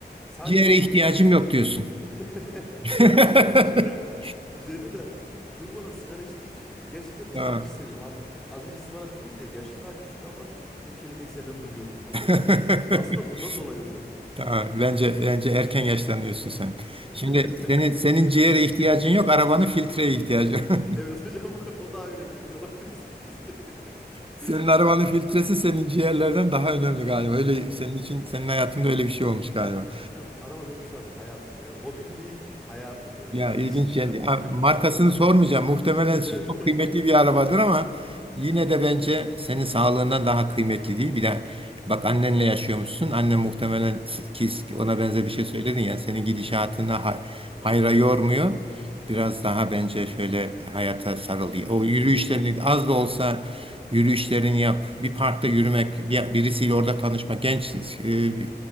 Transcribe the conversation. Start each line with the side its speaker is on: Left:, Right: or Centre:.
Centre: sadece
Right: Ciğere
Centre: oturduğum
Right: ihtiyacım
Centre: için
Right: yok diyorsun.
Centre: <laughs>
Right: <laughs>
Centre: Şu an oturduğum için veya üzerine de durmadan sigara içtiğim için gerçekten tıkanmış
Right: Ha.
Centre: hissediyorum. Az, az önce siz bana dediniz ya yaşın daha küçük ama bu kelimeyi senden duyuyorum diye.
Right: <laughs>
Centre: Aslında bundan dolayı hocam.
Right: Aa, Bence bence erken yaşlanıyorsun sen.
Centre: <laughs>
Right: Şimdi senin senin ciğere ihtiyacın yok, arabanın filtreye ihtiyacı var. <laughs>
Centre: Evet hocam o daha önemli emin olabilirsiniz.
Right: Senin
Centre: <laughs>
Right: arabanın filtresi senin ciğerlerden daha önemli galiba. Öyle senin
Centre: Ya,
Right: için senin hayatında öyle bir şey olmuş galiba.
Centre: hocam araba benim şu an hayatım. Yani hobim değil hayatım yani
Right: Ya
Centre: benim
Right: ilginç
Centre: için şu
Right: yani
Centre: an. <laughs>
Right: Ya, markasını sormayacağım. Muhtemelen
Centre: Evet.
Right: çok
Centre: <laughs>
Right: kıymetli bir arabadır ama yine de bence senin sağlığından daha kıymetli değil. Bir de bak annenle yaşıyormuşsun. Annen muhtemelen ki ona benzer bir şey
Centre: Evet.
Right: söyledin ya senin gidişatına hay-
Centre: <laughs> Evet.
Right: hayra yormuyor. Biraz daha bence şöyle hayata sarıl. diye. O yürüyüşlerini
Centre: Evet.
Right: az da olsa yürüyüşlerini yap. Bir parkta yürümek, bir- birisiyle orada tanışmak. Genç e,